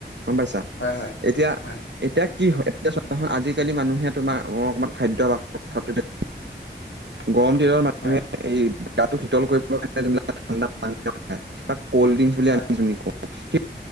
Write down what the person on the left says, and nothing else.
হয় হয়
হয়
হয়
হয়